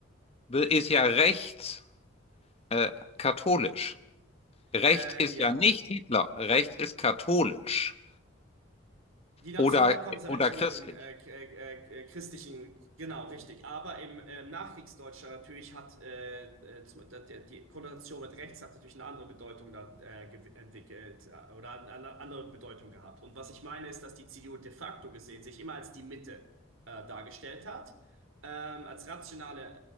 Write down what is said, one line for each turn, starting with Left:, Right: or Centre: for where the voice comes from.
Left: ist ja rechts äh, katholisch. Rechts
Right: ähm,
Left: ist
Right: ja.
Left: ja nicht Hitler. Rechts ist katholisch
Right: Die nationalkonservativen
Left: oder, oder christlich.
Right: äh, k- äh, äh, christlichen, genau, richtig. Aber im äh, Nachkriegsdeutschland natürlich hat äh, äh, zum, da, der, die Konnotation mit rechts hat natürlich eine andere Bedeutung dann äh, gew- entwickelt äh, oder eine eine andere Bedeutung gehabt. Und was ich meine ist, dass die CDU de facto gesehen sich immer als die Mitte äh, dargestellt hat, ähm, als rationale